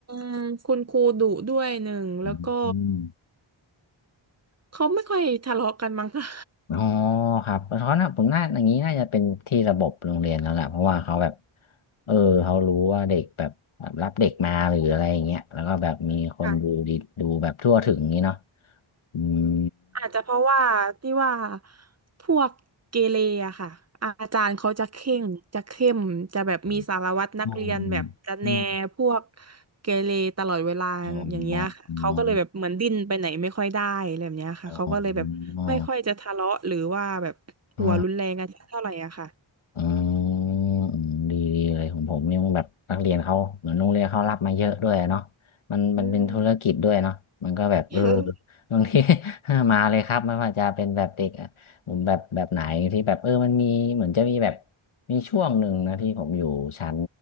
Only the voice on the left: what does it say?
อืม
อ๋อครับเพราะนะผมน่าอย่างนี้น่าจะเป็นที่ระบบโรงเรียนแล้วแหละเพราะว่าเขาแบบเออเขารู้ว่าเด็กแบบรับเด็กมาหรืออะไรอย่างเงี้ยแล้วก็แบบมีคนดูดีดูแบบทั่วถึงนี้เนาะ
อืม
อืมอืม
อ๋ออ๋ออ๋ออ๋ออ๋อ อ๋ออืมดีดีเลยของผมเนี่ยมันแบบนักเรียนเขาเหมือนโรงเรียนเขารับมาเยอะด้วยเนาะมันมันเป็นธุรกิจด้วยเนาะมันก็แบบเออ
<laughs> บางที <laughs> มาเลยครับไม่ว่าจะเป็นแบบเด็กอะผมแบบแบบไหนที่แบบเออมันมีเหมือนจะมีแบบมีช่วงหนึ่งนะที่ผมอยู่ชั้น